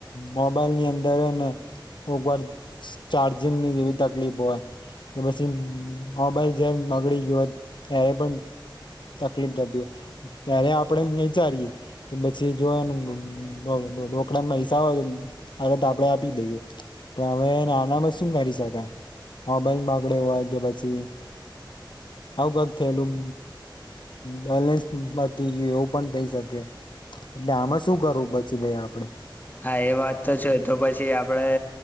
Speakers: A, on the left (about 65°); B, on the left (about 20°).
A: મોબાઈલની અંદર અને ઉપર સ ચાર્જિંગની એવી તકલીફ હોય. કે પસી મોબાઈલ જેમ બગડી ગયો હોય ત્યારે પણ તકલીફ થતી ત્યારે આપણે વિચારીએ કે પછી જો એમ રરો રોકડા પૈસા હોય હવે તો આપડે આપી દઈએ. પણ હવે નોર્મલી શું કરી શકયે મોબાઈલ બગડે કે પછી આવું ક્યારેક થયેલું બેલેન્સ પતી ગીયું એવું પણ થઈ શકે એટલે આમાં શું કરું પછી ભાઈ આપણે
B: હા એ વાત તો છે તો પછી આપણે